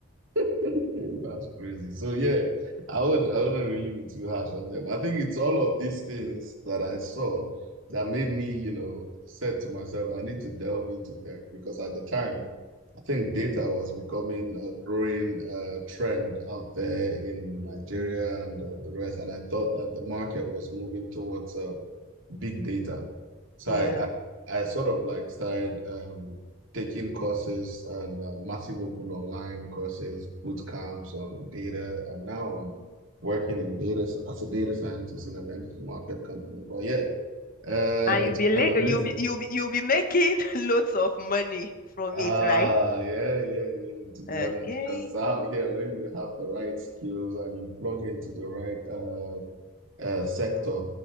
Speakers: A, on the right; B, on the left.
A: <laughs> That's crazy. So yeah, I would I wouldn't really be too harsh on them. I think it's all of these things that I saw that made me, you know, said to myself, I need to delve into tech because at the time I think data was becoming a growing uh, trend out there in Nigeria
B: hmm
A: and uh, the rest. And I thought that the market was moving towards uh, big data. So
B: Yeah.
A: I, I, I sort of like started um, taking courses and uh, massive open online courses, boot camps on data. And now
B: hmm
A: I'm working in data as a data scientist in an energy market company. But yeah, uh,
B: And
A: it's
B: you'll be, la-
A: been amazing.
B: you'll be, you'll be, you'll be making <laughs> loads of money from
A: Ah,
B: it, right?
A: yeah, yeah, yeah. To be
B: Okay.
A: honest, because out here, when you have the right skills and you plug into the right uh, uh sector,